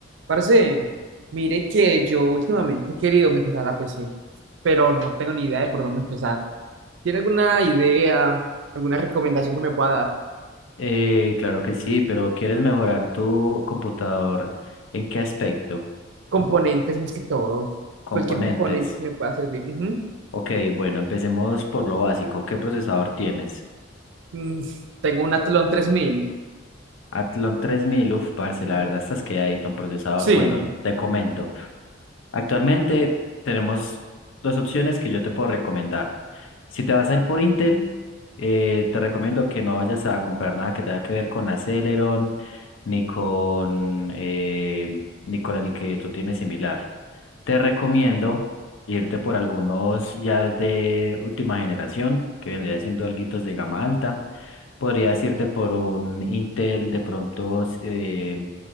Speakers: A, on the right (about 65°); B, on the left (about 75°).
A: Parce, mire que yo últimamente he querido mejorar la PC, pero no tengo ni idea de por dónde empezar. ¿Tiene alguna idea, alguna recomendación que me pueda dar?
B: Eh, claro que sí, pero ¿quieres mejorar tu computador? ¿En qué aspecto?
A: Componentes más que todo.
B: Componentes.
A: Cualquier componente que me pueda servir. Ujú.
B: Ok, bueno, empecemos por lo básico. ¿Qué procesador tienes?
A: Mm, tengo un Athlon 3000.
B: Athlon 3000, uf, parce,
A: Ujú.
B: la verdad estás quedadito un procesador.
A: Sí,
B: Bueno, te comento. Actualmente tenemos dos opciones que yo te puedo recomendar. Si te vas a ir por Intel, eh, te recomiendo que no vayas a comprar nada que tenga que ver con Aceleron, ni con, eh, ni con el que tú tienes similar. Te recomiendo irte por algunos ya de última generación, que vendría siendo alguitos de gama alta. Podrías irte por un Intel, de pronto eh,